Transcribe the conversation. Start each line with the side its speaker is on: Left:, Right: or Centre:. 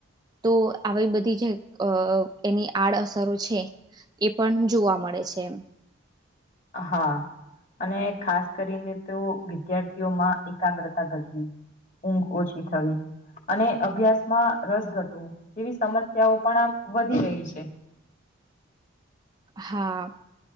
Right: તો આવી બધી જે એની આડઅસરો છે એ પણ જોવા મળે છે એ
Left: હા અને ખાસ કરીને તો વિદ્યાર્થીઓમાં એકાગ્રતા ઘટવી ઊંઘ ઓછી થવી અને અભ્યાસમાં રસ ઘટવું જેવી સમસ્યાઓ પણ આ વધી રહી છે <inaudible>
Right: હા